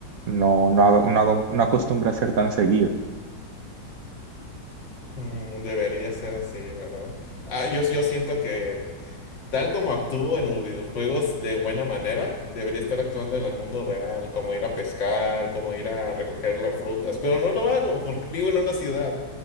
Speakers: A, on the right; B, on the left.
A: no, no hago, no hago, no acostumbro a hacer tan seguido.
B: Mm, Debería ser así, ¿verdad? Ah, yo, yo siento que tal como actúo en los videojuegos de buena manera, debería estar actuando en el mundo real, como ir a pescar, como ir a recoger las frutas, pero no lo hago <laughs> porque vivo en una ciudad